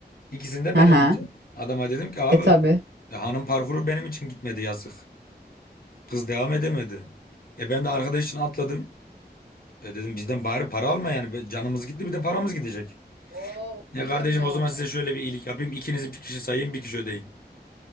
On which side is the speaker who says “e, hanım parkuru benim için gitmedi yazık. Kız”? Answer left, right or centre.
Left